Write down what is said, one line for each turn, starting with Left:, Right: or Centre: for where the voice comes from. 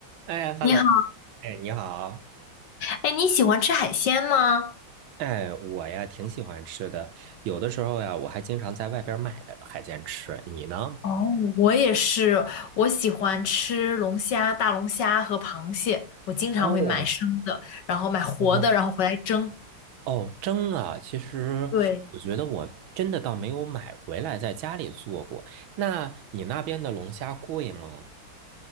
Right: 哎，hello，
Left: 你好，
Right: 哎，你好，
Left: 哎，你喜欢吃海鲜吗？
Right: 哎，我呀挺喜欢吃的，有的时候呀，我还经常在外边买的海鲜吃。你呢？
Left: 哦，我也是，我喜欢吃龙虾、大龙虾和螃蟹，我经常会买生的，
Right: 哦，
Left: 然后买活的，
Right: 真的吗
Left: 然后回来蒸。
Right: 哦，蒸啊，其实我觉得我真的倒没有买回来在家里做过。
Left: 对，
Right: 那你那边的龙虾贵吗？